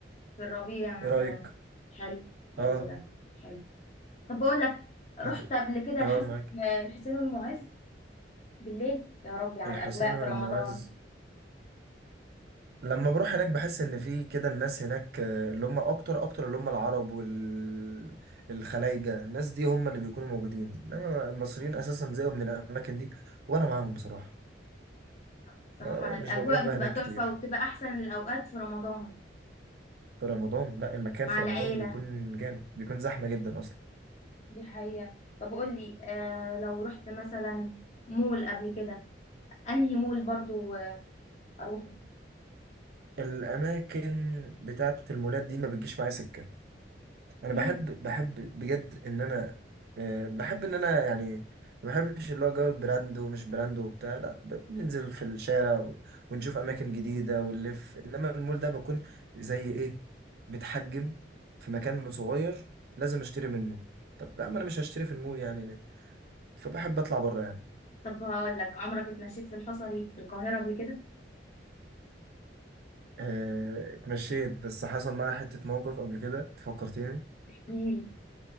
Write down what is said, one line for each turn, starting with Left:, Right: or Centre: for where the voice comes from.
Left: في الربيع
Right: ايه
Left: مثلا
Right: رأيك
Left: حلو حلو
Right: اه
Left: ده حلو طب بقول لك رحت
Right: هت...
Left: قبل كده
Right: اه
Left: الحسن
Right: معاك
Left: الحسين والمعز بالليل يا ربي على
Right: الحسين
Left: الاجواء
Right: والمعز
Left: في رمضان
Right: لما بروح هناك بحس ان في كده الناس هناك آه، اللي هم اكتر اكتر اللي هم العرب والخلايجة الناس دي هم اللي بيكونوا موجودين انما المصريين اساسا زيهم من الاماكن دي وانا معاهم بصراحة
Left: بصراحه
Right: آه،
Left: الاجواء
Right: مش بروح بقى
Left: بتبقى
Right: هناك
Left: تحفه
Right: كتير
Left: وبتبقى احسن الاوقات في رمضان
Right: في رمضان لا المكان
Left: مع
Right: في
Left: العيله
Right: رمضان بيكون جامد بيكون زحمة جدا اصلا
Left: دي حقيقه طب قول لي آه لو رحت مثلا مول قبل كده انهي مول برضو آه، اروحه
Right: الاماكن بتاعت المولات دي ما بتجيش معايا سكة انا
Left: ليه
Right: بحب بحب بجد ان انا آه، بحب ان انا يعني ما بحبش اللي هو جو البراند ومش براند وبتاع لا ب- بننزل في الشارع و- ونشوف اماكن جديده ونلف انما المول ده بكون زي ايه بتحجم في مكان صغير لازم اشتري منه طب يا عم انا مش هشتري في المول يعني ليه؟ فبحب اطلع بره يعني
Left: طب هقول لك عمرك اتمشيت في الحصري في القاهره قبل كده
Right: آه، اتمشيت بس حصل معايا حته موقف قبل كده تفكرتني
Left: احكيلي